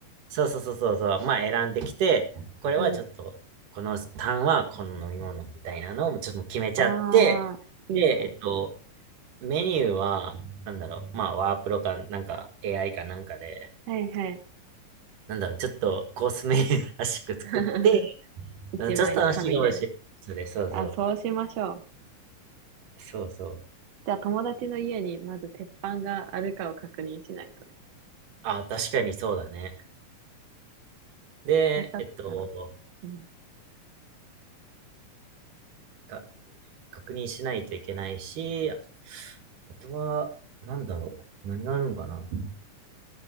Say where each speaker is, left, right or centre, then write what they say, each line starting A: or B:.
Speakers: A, on the right; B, on the right.
A: そうそうそうそうそう、まあ選んできて、これはちょっと、
B: うん。
A: このターンはこの飲み物みたいなのをちょっと決めちゃって、
B: ああ、いいね。
A: で、えっと、メニューは、なんだろう、まあワープロか、なんか AI かなんかで、
B: はい、はい。
A: なんだろう、ちょっとコースメニューらしく作って、
B: <laughs> 一枚の紙で。
A: うんちょっと楽しいかもしれない。それ、そうそう。
B: あ、そうしましょう。
A: そうそう。
B: じゃあ、友達の家にまず鉄板があるかを確認しないとね。
A: あ、確かにそうだね。で、
B: なかったら。
A: えっと、
B: うん。
A: か、確認しないといけないし、あとは、なんだろう。何があるんかな。